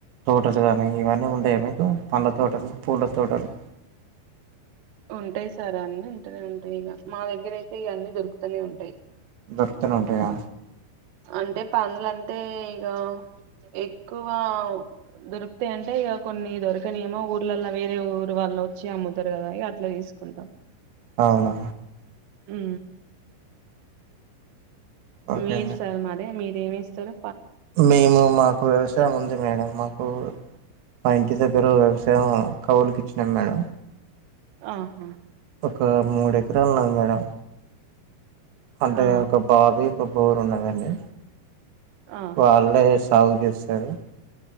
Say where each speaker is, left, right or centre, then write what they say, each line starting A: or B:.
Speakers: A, on the right (about 85°); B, on the right (about 65°).
A: తోటలు కానీ ఇవన్నీ ఉండయి మీకు, పండ్ళ తోటలు పూల తోటలు
B: ఉంటాయి. సార్ అన్ని ఉంటునే ఉంటాయి ఇగా మా దగ్గర అయితే ఇయాన్నీ దొరుకుతూనే ఉంటాయి.
A: దక్త్తణ అండయా
B: అంటే పన్లంటే ఇక ఎక్కువ దొరికుతా అంటే ఇక కొన్ని దొరకనియేమో ఊర్లలో వేరే ఊరు వాళ్ళు వచ్చి అమ్ముతరు కదా అట్లా తీసుకుంటాం
A: అవునా
B: ఉ
A: ఓకే
B: మీర్
A: మేడం
B: సార్ మరి మీరేమి ఇస్తారు
A: మేము మాక్ వ్యవసాయం ఉంది మేడం మాకు మా ఇంటి దగ్గర వ్యవసాయం కవులుకి ఇచ్చినాం మేడం
B: ఆహా
A: ఒక మూడు ఎకరాలు ఉన్నాది మేడం అంటే
B: ఆ
A: ఒక బావి ఒక బోరు ఉన్నవీ అండి
B: ఆహా
A: వాళ్ళే సాగు చేస్తారు